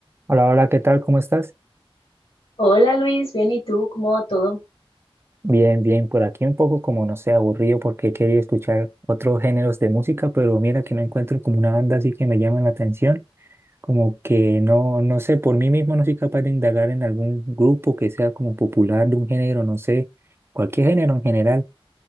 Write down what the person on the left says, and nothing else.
Hola Luis, bien, ¿y tú? ¿Cómo va todo?